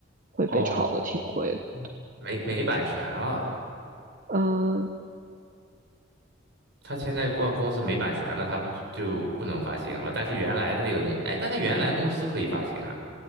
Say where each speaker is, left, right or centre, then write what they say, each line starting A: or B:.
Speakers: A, on the right; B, on the right.
A: 会被炒的挺贵的。
B: 哦，没没版权了。
A: 嗯。
B: 他现在公公司没版权了，他不就不能发行了？但是原来的那个公，哎，但他原来公司可以发行啊。